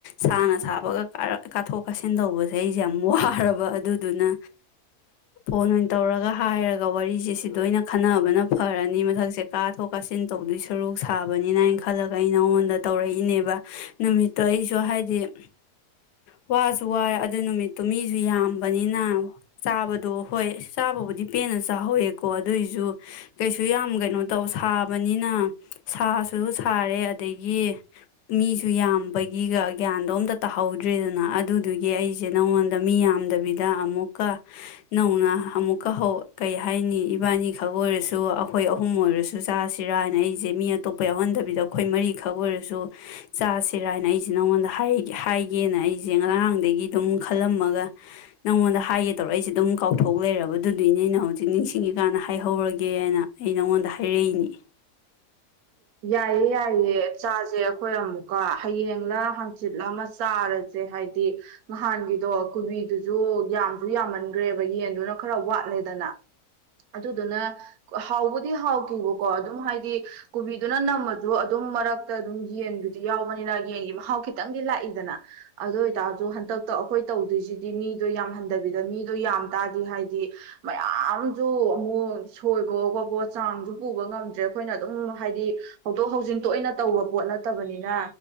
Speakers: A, on the left; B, on the right.
A: ꯁꯥꯅ ꯁꯥꯕꯒ ꯀꯥꯊꯣꯛ ꯀꯥꯁꯤꯟ ꯇꯧꯕꯁꯦ ꯑꯩꯁꯦ ꯌꯥꯝ ꯋꯥꯔꯕ ꯑꯗꯨꯗꯨꯅ ꯐꯣꯟ ꯑꯣꯏꯅ ꯇꯧꯔꯒ ꯍꯥꯏꯔꯒ ꯋꯥꯔꯤ ꯑꯩꯁꯦ ꯁꯤꯗ ꯑꯣꯢꯅ ꯈꯟꯅꯕꯅ ꯐꯔꯅꯤ ꯃꯊꯛꯁꯦ ꯀꯥꯊꯣꯛ ꯀꯥꯁꯤꯟ ꯇꯧꯗꯣꯏ ꯁꯔꯨꯛ ꯁꯥꯕꯅꯤꯅ ꯍꯥꯏꯅ ꯈꯜꯂꯒ ꯑꯩ ꯅꯉꯣꯟꯗ ꯇꯧꯔꯛꯏꯅꯦꯕ ꯅꯨꯃꯤꯠꯇꯣ ꯑꯩꯁꯨ ꯍꯥꯏꯗꯤ ꯋꯥꯁꯨ ꯋꯥꯔꯦ ꯑꯗꯨ ꯅꯨꯃꯤꯠꯇꯣ ꯃꯤꯁꯨ ꯌꯥꯝꯕꯅꯤꯅ ꯆꯥꯕꯗꯣ ꯍꯣꯏ ꯆꯥꯕꯕꯨꯗꯤ ꯄꯦꯟꯅ ꯆꯥꯍꯧꯋꯦ ꯀꯣ ꯑꯗꯨꯏꯁꯨ ꯀꯩꯁꯨ ꯌꯥꯝ ꯀꯩꯅꯣ ꯇꯧ ꯁꯥꯕꯅꯤꯅ ꯁꯥꯁꯨ ꯁꯥꯔꯦ ꯑꯗꯒꯤ ꯃꯤꯁꯨ ꯌꯥꯝꯕꯒꯤꯒ ꯒ꯭ꯌꯥꯟꯗꯣ ꯑꯝꯇ ꯇꯥꯍꯧꯗ꯭ꯔꯦꯗꯅ ꯑꯗꯨꯗꯨꯒꯤ ꯑꯩꯁꯦ ꯅꯉꯣꯟꯗ ꯃꯤ ꯌꯥꯝꯗꯕꯤꯗ ꯑꯃꯨꯛꯀ ꯅꯧꯅ ꯑꯃꯨꯛꯀ ꯍꯧ ꯀꯩ ꯍꯥꯏꯅꯤ ꯏꯕꯥꯅꯤꯈꯛ ꯑꯣꯏꯔꯁꯨ ꯑꯩꯈꯣꯏ ꯑꯍꯨꯝ ꯑꯣꯏꯔꯁꯨ ꯆꯥꯁꯤꯔꯥꯅ ꯑꯩꯁꯦ ꯃꯤ ꯑꯇꯣꯞꯄ ꯌꯥꯎꯍꯟꯗꯕꯤꯗ ꯑꯩꯈꯣꯏ ꯃꯔꯤꯈꯛ ꯑꯣꯏꯔꯁꯨ ꯆꯥꯁꯤꯔꯥꯅ ꯑꯩꯁꯦ ꯅꯪꯉꯣꯟꯗ ꯍꯥꯢ ꯍꯥꯏꯒꯦꯅ ꯑꯩꯁꯦ ꯉꯔꯥꯡꯗꯒꯤ ꯑꯗꯨꯝ ꯈꯜꯂꯝꯃꯒ ꯅꯪꯉꯣꯟꯗ ꯍꯥꯏꯒꯦ ꯇꯧꯔ ꯑꯩꯁꯦ ꯑꯗꯨꯝ ꯀꯥꯎꯊꯣꯛ ꯂꯩꯔꯕ ꯑꯗꯨꯗꯨꯏꯅꯦ ꯑꯩꯅ ꯍꯧꯖꯤꯛ ꯅꯤꯡꯁꯤꯡ ꯏꯪꯉꯤꯀꯥꯟꯗ ꯍꯥꯏꯍꯧꯔꯒꯦꯅ ꯑꯩ ꯅꯪꯉꯣꯟꯗ ꯍꯥꯏꯔꯛꯏꯅꯤ
B: ꯌꯥꯏꯌꯦ ꯌꯥꯏꯌꯦ ꯆꯥꯁꯦ ꯑꯩꯈꯣꯏ ꯑꯃꯨꯛꯀ ꯍꯌꯦꯡ ꯔ ꯍꯪꯆꯤꯠꯂ ꯑꯃ ꯆꯥꯔ ꯁꯦ ꯍꯥꯏꯗꯤ ꯅꯍꯥꯟꯒꯤꯗꯣ ꯀꯨꯕꯤꯗꯨꯁꯨ ꯌꯥꯝꯁꯨ ꯌꯥꯝꯃꯟꯈ꯭ꯔꯦꯕ ꯌꯦꯟꯗꯨꯅ ꯈꯔ ꯋꯥꯠꯂꯦꯗꯅ ꯑꯗꯨꯗꯨꯅ ꯍꯥꯎꯕꯨꯗꯤ ꯍꯥꯎ ꯕꯀꯣ ꯑꯗꯨꯝ ꯍꯥꯏꯗꯤ ꯀꯨꯕꯤꯗꯨꯅ ꯅꯝꯃꯁꯨ ꯑꯗꯨꯝ ꯃꯔꯛꯇ ꯑꯗꯨꯝ ꯌꯦꯟꯗꯨꯗꯤ ꯌꯥꯎꯕꯅꯤꯅ ꯌꯦꯟꯒꯤ ꯃꯍꯥꯎ ꯑꯥꯎ ꯈꯤꯇꯪꯗꯤ ꯂꯥꯛꯏꯗꯅ ꯑꯗꯨ ꯑꯣꯏꯇꯥꯔꯁꯨ ꯍꯟꯗꯛꯇ ꯑꯩꯈꯣꯏ ꯇꯧꯗꯣꯏꯁꯤꯗꯤ ꯃꯤꯗꯣ ꯌꯥꯝꯍꯟꯗꯕꯤꯗ ꯃꯤ ꯗꯨ ꯌꯥꯝ ꯇꯥꯔꯗꯤ ꯍꯥꯏꯗꯤ ꯃꯌꯥꯝꯁꯨ ꯑꯃꯨꯛ ꯁꯣꯏꯕꯑꯣ ꯈꯣꯠꯄꯑꯣ ꯆꯥꯡꯁꯨ ꯄꯨꯕ ꯉꯝꯗ꯭ꯔꯦ ꯑꯩꯈꯣꯏꯅ ꯑꯗꯨꯝ ꯍꯥꯏꯗꯤ ꯍꯧꯗꯣꯛ ꯍꯧꯖꯤꯟ ꯇꯣꯏꯅ ꯇꯧꯕ ꯄꯣꯠ ꯅꯠꯇꯕꯅꯤꯅ